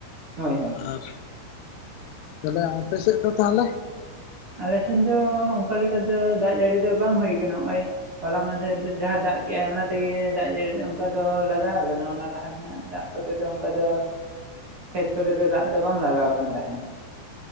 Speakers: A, on the right (about 50°); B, on the left (about 80°).
A: ᱦᱳᱭ
B: ᱟᱨ
A: ᱦᱳᱭ
B: ᱛᱟᱦᱚᱞᱮ ᱟᱯᱮ ᱥᱮᱫ ᱫᱚ ᱛᱟᱦᱚᱞᱮ?
A: ᱟᱞᱮ ᱥᱮᱱ ᱫᱚ ᱚᱱᱠᱟ ᱞᱮᱠᱟ ᱫᱚ ᱫᱟᱜ ᱡᱟᱹᱲᱤ ᱫᱚ ᱵᱟᱝ ᱦᱩᱭ ᱟᱠᱟᱱᱟ ᱱᱚᱜ ᱚᱭ, ᱦᱚᱞᱟ ᱢᱟᱟᱦᱫᱷᱮᱨ ᱨᱮ ᱡᱟᱦᱟᱸ ᱫᱟᱜ ᱠᱮᱜᱼᱟᱭ ᱚᱱᱟᱛᱮᱜᱮ ᱫᱟᱜ ᱡᱟᱹᱲᱤ ᱚᱱᱠᱟ ᱫᱚ ᱞᱟᱜᱟᱣ ᱟᱠᱟᱱᱟ ᱚᱱᱟ ᱞᱟᱦᱟ ᱨᱮᱱᱟᱜ ᱫᱟᱜ ᱠᱚᱛᱮ ᱫᱚ ᱚᱱᱠᱟ ᱫᱚ ᱠᱷᱮᱛ ᱠᱚᱛᱮ ᱫᱚ ᱫᱟᱜ ᱫᱚ ᱵᱟᱝ ᱞᱟᱜᱟᱣ ᱟᱠᱟᱱ ᱛᱟᱦᱮᱱᱟ ᱾